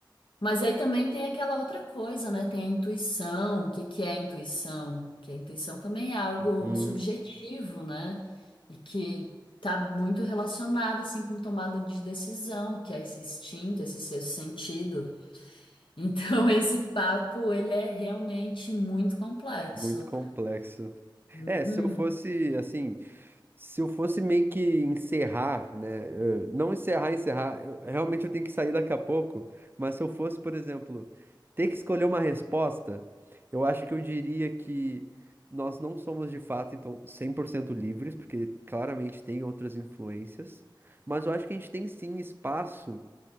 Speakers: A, on the left; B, on the right.
A: Mas aí também tem aquela outra coisa, né? Tem a intuição. O que que é a intuição? Que a intuição também é algo
B: Hum,
A: subjetivo, né? E que tá muito relacionado assim com tomada de decisão, que é esse instinto, esse sexto sentido. Então <laughs> esse papo ele é realmente muito complexo.
B: muito complexo.
A: Uhum,
B: É, se eu fosse assim. Se eu fosse meio que encerrar, né? eh, Não encerrar, encerrar, eu- realmente eu tenho que sair daqui a pouco, mas se eu fosse, por exemplo, ter que escolher uma resposta, eu acho que eu diria que nós não somos de fato, então, 100% livres, porque claramente tem outras influências, mas eu acho que a gente tem sim espaço